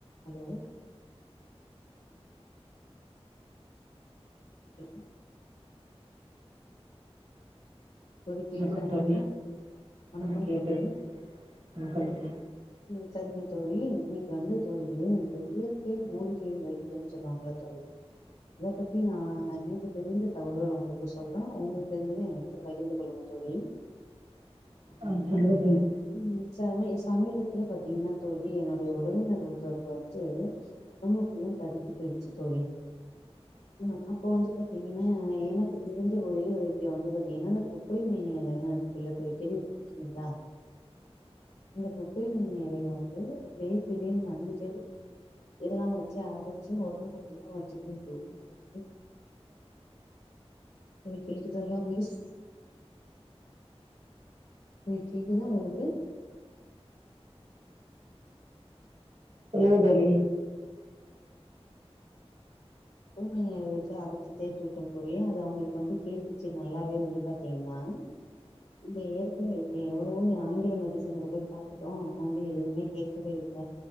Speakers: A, on the left; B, on the right.
A: Hello <unintelligible> தோழி கேக்குதா
B: வணக்கம்
A: உங்களுக்கு
B: தோழி
A: வணக்கம்
B: ம் கேக்குது
A: தோழியே
B: வணக்கம் தோழி
A: ம் சரிங்க தோழி இன்னிக்கு வந்து தோழி இந்த இயற்கை மூலிகை வைத்தியம் சொல்லுவாங்கள தோழி அத பத்தி நா எனக்கு தெரிந்த தகவல் நா உங்களுக்கு சொல்ற உங்ளுக்கு தெர்ஞ்சத எனக் சொ பகிர்ந்து கொள்ளுங்க தோழி
B: ஆ சொல்லுங்க தோழி
A: ம் சமீ சமீபத்துல பாத்தீங்ன்னா தோழி என்னோட உறவினர் ஒருத்தருக்கு வந்து <unintelligible> தடித்து போய்ச்சி தோழி ம் அப்ப வந்து பாத்தீங்கன்னி எனக்கு தெரிஞ்ச ஒரே வைத்தியோ வந்து பாத் ஏனா அந்த குப்பை மேனி எலைன் இருக்கு இல்ல தோழி கேள்விபட்ருக்கீங்ளா இந்த குப்பை மேனி எலய வந்து வேப்பிலை மஞ்சள் இதெல்லா வச்சி அரச்சி ஒடம்பு புல்லா வச்சி தேக்கு <unintelligible> <unintelligible> நீ கேக்குதா உங்ளுக்கு
B: சொல்லுங்க தோழி
A: <unintelligible> வெச்சு அரச்சு தேச்சுட்ட தோழி அது அவங்களுக்கு வந்து கேட்டுச்சு நல்லாவே வந்து பாத்தீங்ன்னா இல்ல இயற்கை வைத்தியோ எவ்வளவோ ஆங்கில மெடிசன்க்கு போய் பாத்துட்டோ அது வந்து எதுவுமே கே கவே இல்ல